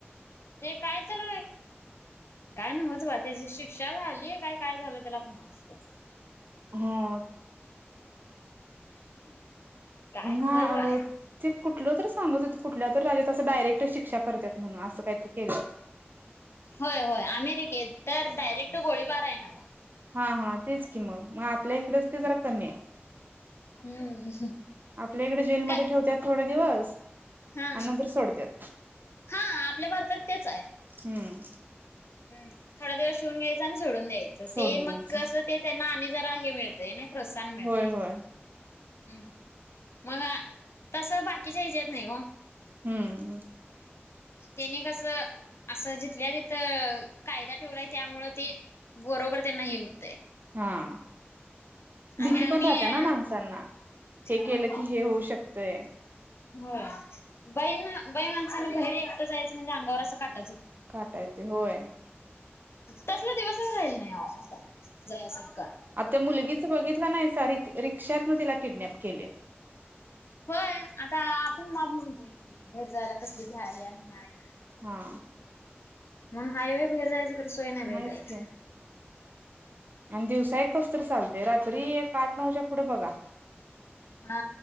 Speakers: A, on the left; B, on the right.
A: ते काय तर काय नव्हच बाय त्याची शिक्षा झालीय काय काय झालं त्याला फण असतो.
B: हो.
A: <inaudible> काय
B: हा
A: नव्हच बा
B: होय, ते कुठलं तर सांगत होतो कुठल्या तर राज्यात असं डायरेक्ट शिक्षा करत्यात म्हण असं काहीतर केल्यावर.
A: होय, होय अमेरिकेत तर डायरेक्ट गोळीबार आहे नव्हं.
B: हा, हा तेच की मग, मग आपल्या इकडच ते जरा कमी आहे.
A: हम्म.
B: आपल्या इकडे जेलमध्ये
A: काय
B: ठेवत्यात थोडं दिवस
A: हा,
B: आणि नंतर सोडतात
A: हा आपल्या भारतात तेच आहे.
B: हम्म.
A: हम्म थोडा दिवस ठेवून घ्यायचं आणि सोडून यच. ते
B: सोडून
A: मग
B: द्यायचं
A: कसं ते त्यांना आणि जरा हे मिळतंय नाही प्रोत्साहन मिळतंय.
B: होय होय
A: हम्म, मग तस बाकीच्या ह्येच्यात नाही ओ.
B: हम्म.
A: तेनी कसं असं जिथल्या तिथं कायदा ठेवलाय. त्यामुळं ते बरोबर त्यांना हे होतंय.
B: हा.
A: आणि
B: भीती
A: आम्ही
B: पण राहत्या ना माणसांना. हे केलं
A: हम्म
B: की हे होऊ शकतंय.
A: होय. बाईनं बाई माणसानं बाहेर एकटं जायचं म्हणजे अंगावर असं काटाच येतोय.
B: काटा येतोय होय.
A: तसलं दिवसच राहिलं नाही अहो आता जायासारखं.
B: आता मुलगीच बघितला नाहीसा र रिक्षातनं तिला किडनॅप केले.
A: होय आता आपण माप म्हणतोय की बाहेर जायला कसली भ्या आल्या आणि हे आल्या.
B: हा.
A: म्हणून हायवे बाहेर जायचं कधी सोय नाही बाई
B: नाहीच
A: जायाची.
B: की आणि दिवसा एक कसतरी चालते. रात्री एक आठ नऊच्या पुढे बघा
A: हा